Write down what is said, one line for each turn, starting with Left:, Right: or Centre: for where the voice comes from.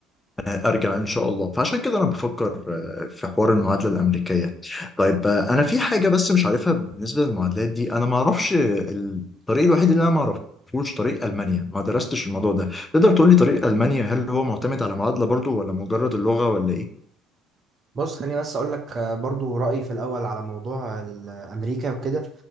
Left: ارجع ان شاء الله فعشان كده انا بفكر آه، في حوار المعادله الامريكيه طيب آه، انا في حاجه بس مش عارفها بالنسبه للمعادلات دي انا ما اعرفش الطريق الوحيد اللي انا ما اعرفوش طريق المانيا ما درستش الموضوع ده تقدر تقول لي طريق المانيا هل هو معتمد على معادله برضو ولا مجرد اللغه ولا ايه
Right: بص خليني بس اقول لك آه، برضو رايي في الاول على موضوع ال- امريكا وكده